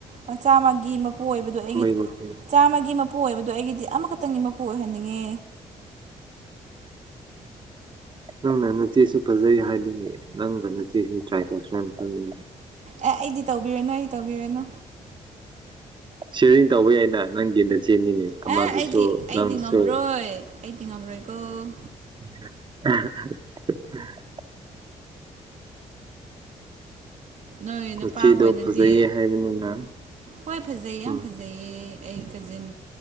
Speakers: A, on the right; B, on the right.
A: ꯃꯆꯥꯃꯒꯤ ꯃꯄꯨ ꯑꯣꯏꯕꯗꯨ ꯑꯩꯒꯤ꯫
B: ꯃꯄꯨꯅꯤ
A: ꯆꯥꯝꯃꯒꯤ ꯃꯄꯨ ꯑꯣꯏꯕꯗꯣ ꯑꯩꯒꯤꯗꯤ ꯑꯃꯈꯛꯇꯪꯒꯤ ꯃꯄꯨ ꯑꯣꯏꯍꯟꯅꯤꯡꯉꯦ꯫
B: ꯈꯪꯗꯦꯅꯦ ꯅꯆꯦꯁꯨ ꯐꯖꯩ ꯍꯥꯏꯕꯅꯦ꯫ ꯅꯪꯒ ꯅꯆꯦꯒ ꯇ꯭ꯔꯥꯏ ꯇꯧꯁꯤꯔ ꯈꯜꯂꯤꯅꯦ꯫
A: ꯑꯦ ꯑꯩꯗꯤ ꯇꯧꯕꯤꯔꯅꯨ ꯑꯩ ꯇꯧꯕꯤꯔꯅꯨ꯫
B: ꯁꯦꯔꯤꯡ ꯇꯧꯕ ꯌꯥꯏꯅ ꯅꯪꯒꯤ ꯅꯆꯦ ꯅꯤꯅꯦ꯫ ꯑꯃꯗꯁꯨ
A: ꯑꯦ ꯑꯩꯗꯤ ꯑꯩꯗꯤ
B: ꯅꯪꯁꯦ꯫
A: ꯉꯝꯔꯣꯏ ꯑꯩꯗꯤ ꯉꯝꯔꯣꯏꯀꯣ
B: <unintelligible>
A: ꯅꯣꯏ ꯅꯨꯄꯥ
B: ꯅꯆꯦꯗꯣ
A: ꯍꯣꯏꯅꯗꯤ
B: ꯐꯖꯩꯌꯦ ꯍꯥꯏꯕꯅꯤꯅ
A: ꯍꯣꯏ ꯐꯖꯩ
B: ꯎꯝ
A: ꯌꯥꯝ ꯐꯖꯩ꯫ ꯖꯩꯌꯦ ꯑꯩ ꯀꯖꯤꯟ